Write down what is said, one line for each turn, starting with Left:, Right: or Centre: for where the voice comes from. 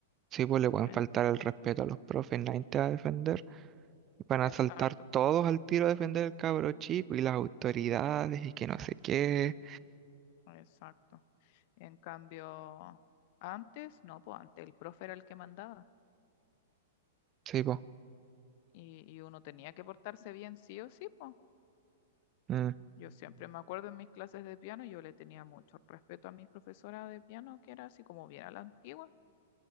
Right: sí, po, le pueden
Left: En-
Right: faltar el respeto a los profes, nadie te va a defender. Van
Left: Exacto.
Right: a saltar todos al tiro a defender al cabro chico y las autoridades y que no sé qué.
Left: Exacto. En cambio, antes, no, pues antes el profe era el que mandaba
Right: Sí, po.
Left: y, y uno tenía que portarse bien sí o sí, pues.
Right: Mm,
Left: Yo siempre me acuerdo en mis clases de piano, yo le tenía mucho respeto a mi profesora de piano, que era así como bien a la antigua,